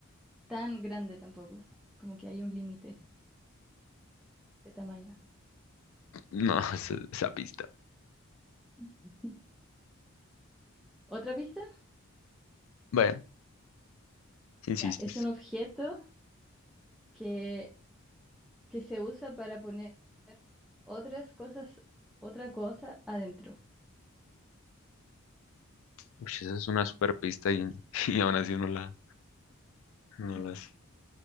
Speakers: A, in the centre; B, on the left.
A: tan grande tampoco, como que hay un límite de tamaño.
B: no, <laughs> esa, esa pista.
A: <laughs> ¿Otra pista?
B: Bueno, si
A: Ya,
B: insistes.
A: es un objeto que, que se usa para poner otras cosas, otra cosa adentro.
B: Uy, esa es una super pista y, <laughs> y aún así no la, no
A: Sí.
B: las.